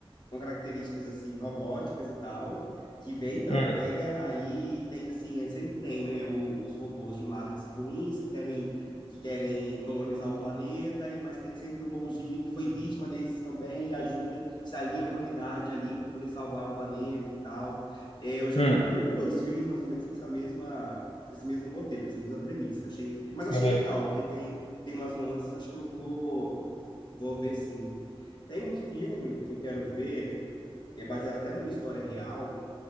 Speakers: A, on the left; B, on the left.
A: com características assim robóticas e tal, que vêm para
B: hum,
A: a Terra e tem assim, é- sempre tem, né, o- os robôs de um lado que são ruins, que querem que querem colonizar o planeta, e mas tem sempre o bonzinho que foi vítima desses também e ajuda, se alia à humanidade ali para poder salvar o planeta e tal. É, eu já
B: hum,
A: vi um ou dois filmes mais ou menos com essa mesma com esse mesmo roteiro, com essa mesma premissa. Achei, mas achei
B: sim.
A: legal, porque tem tem umas nuances, acho que eu vou vou ver sim. Tem um filme que eu quero ver que é baseado até numa história real,